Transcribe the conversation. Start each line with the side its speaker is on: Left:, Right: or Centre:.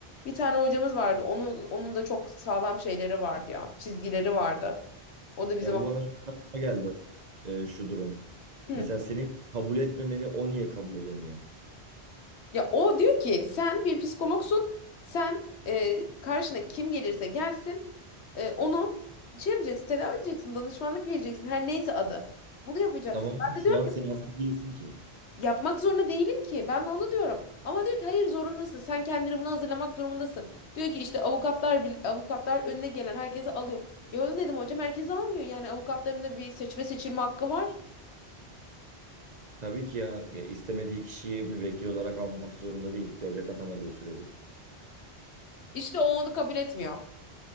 Left: Bir tane hocamız vardı. Onun onun da çok sağlam şeyleri vardı ya. Çizgileri vardı. O da bizim
Right: Ya bu bana çok saçma geldi e, şu durum.
Left: <clears throat>
Right: Mesela senin kabul etmemeni o niye kabul edemiyor?
Left: Ya o diyor ki sen bir psikologsun. Sen e, karşına kim gelirse gelsin e, onu şey yapacaksın, tedavi edeceksin, danışmanlık vereceksin her neyse adı. Bunu yapacaksın.
Right: Tamam mı?
Left: Ben
Right: Şu
Left: de diyorum
Right: an
Left: ki
Right: seanslı değilsin ki.
Left: yapmak zorunda değilim ki. Ben de onu diyorum. Ama diyor ki hayır zorundasın. Sen kendini buna hazırlamak durumundasın. Diyor ki işte avukatlar bir- avukatlar önüne gelen herkese alıyor. Ya dedim hocam herkese almıyor. Yani avukatların da bir seçme seçilme hakkı var.
Right: Tabii ki ya ya istemediği kişiyi müvekkil olarak almak zorunda değil. Devlet atamadığı sürece.
Left: İşte o onu kabul etmiyor.